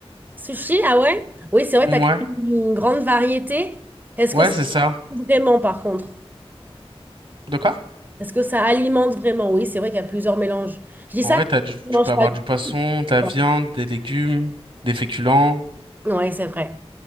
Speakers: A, on the right (about 15°); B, on the right (about 55°).
A: Sushi, ah ouais? Oui, c'est vrai
B: Ouais.
A: que tu as une grande variété. Est-ce
B: Ouais,
A: que c'est
B: c'est ça.
A: vraiment par contre?
B: De quoi?
A: Est-ce que ça alimente vraiment? Oui, c'est vrai qu'il y a plusieurs mélanges. Je dis
B: En
A: ça
B: vrai,
A: parce
B: t'as du-
A: que je ne
B: tu
A: mange
B: peux avoir
A: pas du
B: du poisson,
A: tout.
B: de la
A: quoi.
B: viande, des légumes, des féculents.
A: Ouais, c'est vrai.